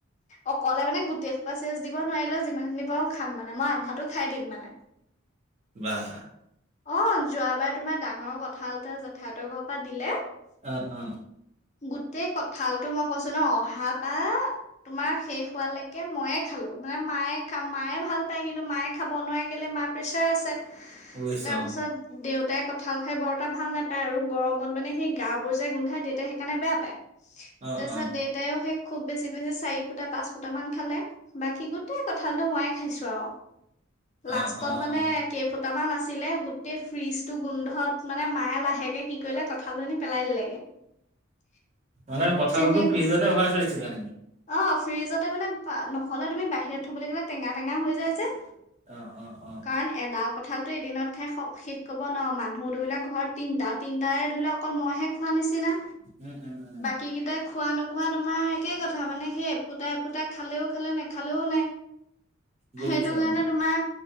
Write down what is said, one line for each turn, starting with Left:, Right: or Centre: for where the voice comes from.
Left: অকলে মানে গোটেই সোপা চেচ দিব নোৱাৰিলেও যিমান খিনি পাওঁ খাম মানে মই আন্ধাতো খাই দিম মানে
Right: বাহ
Left: অ', যোৱাবাৰ তোমাৰ ডাঙৰ কঠাল এটা জেঠাই হতৰ ঘৰৰ পৰা দিলে
Right: অ', অ'।
Left: গোটেই কঁঠালটো মই কৈছো ন অহাপা তোমাৰ শেষ হোৱালৈকে ময়ে খালো, মানে মায়ে মায়ে ভাল পায় কিন্তু মায়ে খাব নোৱাৰে কেলে মা পেছাৰ আছে।
Right: বুজিছো
Left: তাৰপিছত দেউতাই কঠাল খাই বৰ এটা ভাল নাপায়। আৰু গৰমত মানে সেই গা বোৰ যে গোন্ধাই দেউতাই সেইকাৰণে বেয়া পায়।
Right: অ
Left: তাৰ পিছত
Right: অ
Left: দেউতাইও সেই খুব বেছি বেছি চাৰি ফুটা পাঁচ ফুটা মান খালে বাকী গোটেই কঁঠালতটো ময়ে খাইছো আৰু লাষ্টত
Right: অ অ
Left: মানে
Right: অ
Left: কেইফুটামান আছে <unintelligible> গোটেই ফ্ৰিজ টো গোন্ধত মানে মায়ে লাহেকে কি কৰিলে কঁঠাল আনি পেলাই দিলেগে। <inaudible>
Right: মানে কঁঠালটো
Left: তেনেকুৱা
Right: ফ্ৰিজতে ভৰাই থৈ দিছিলে নি?
Left: অ', ফ্ৰিজতে মানে নহলে তুমি বাহিৰত থবলৈ গ'লে টেঙা টেঙা হৈ যায় যে।
Right: অ', অ', অ'।
Left: কাৰণ এডাল কঠালটো এদিনত খাই শেষ কব নোৱাৰে। মানুহ ধৰি লও ঘৰত তিনটা, তিনিটাৰে ধৰি লও অকল মইহে খোৱা নিচিনা।
Right: উম, উম, উম,
Left: বাকী কেইটাই খোৱা নোখোৱা তোমাৰ একেই কথা মানে সেই ফুটা এ পুটা খালেও খালে নে খালেও নাই
Right: বুজিছোঁ
Left: সেইটো কাৰণে
Right: অ',
Left: তোমাৰ